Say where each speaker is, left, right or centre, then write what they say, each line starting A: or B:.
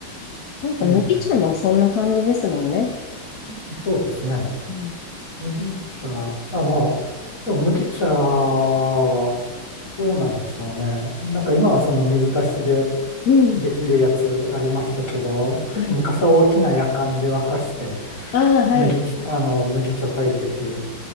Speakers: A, on the left; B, on the left.
A: なんか麦茶もそんな感じですもんね。
B: ええ、そうですね。
A: うん。
B: 麦茶、あ、まあ、でも麦茶はどうなんでしょうね。なんか今はその水出しで
A: うん
B: できるやつありましたけど、
A: はい。
B: 結構昔は大きなやかんで沸かして、
A: ああ、はい。
B: 麦茶、あの、麦茶炊いてて、